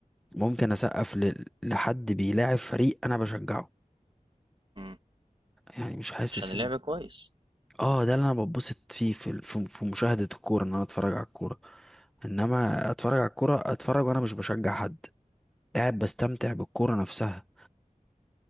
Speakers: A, in the centre; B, on the right.
A: ممكن اسقف ل... لحد بيلاعب فريق انا بشجعه
B: مم.
A: يعني مش حاسس
B: عشان اللعب
A: ان
B: كويس
A: اه ده اللي انا بتبسط فيه في ال- في في مشاهدة الكورة ان انا اتفرج على الكورة انما اتفرج على الكورة اتفرج وانا مش بشجع حد قاعد بستمتع بالكورة نفسها